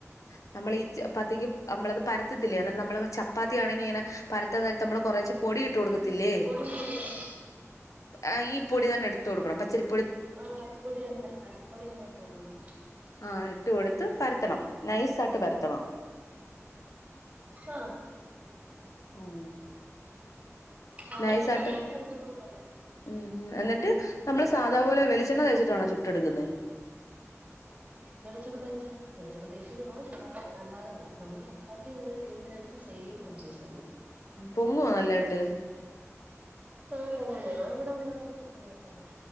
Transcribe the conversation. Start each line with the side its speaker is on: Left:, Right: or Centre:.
Left: ആഹ് നമ്മൾ ഈ ചപ്പാത്തിക്ക് അമ്മളത് പരത്തത്തില്ലേ അത് എന്നം നമ്മള ചപ്പാത്തിയാണെങ്കി ങ്ങനെ പരത്താ നേരത്ത് മ്മള് കൊറേച്ചെ പൊടി ഇട്ട് കൊടുക്കത്തില്ലേ.
Right: പൊടി ഇട്ട് കൊടുക്കും
Left: ആഹ് ഈ പൊടി തന്നെ എട്ത്തോട്ക്കണം. പച്ചരി
Right: ആഹ് അരിപ്പൊടി എന്നെ. അരിപ്പൊടി എന്നെ ഇട്ട് കൊടുക്കണം.
Left: ആഹ് ഇട്ട് കൊടുത്ത് പരത്തണം. നൈസായിട്ട് പരത്തണം
Right: ആഹ്
Left: ഉം
Right: അഹ്
Left: നൈസായിട്ട്
Right: ചപ്പാത്തിക്ക് പരത്തുന്നത് പോലെ.
Left: ഉം ഉം. എന്നിട്ട് നമ്മള് സാധാപോലെ വെളിച്ചെണ്ണ തേച്ചിട്ടാണോ ചുട്ടെടുക്കുന്നേ.
Right: വെളിച്ചെണ്ണ തേച്ചാ. വെളിച്ചെണ്ണ തേച്ച് ചുടണോ ചുടാം. അല്ലാതെയും യുടാം. നമ്മള് ചപ്പാത്തി എങ്ങനെ ചെയ്യുന്നേ ത്ത് സെയിം ക്രോസസ് തന്നെ.
Left: പൊങ്ങൊ നല്ലായിട്ട്?
Right: ആഹ് പൊങ്ങും ഞാൻ ഇവ്ടെ ഉണ്ടാക്കിയപ്പൊ പൊങ്ങിട്ടുണ്ട്.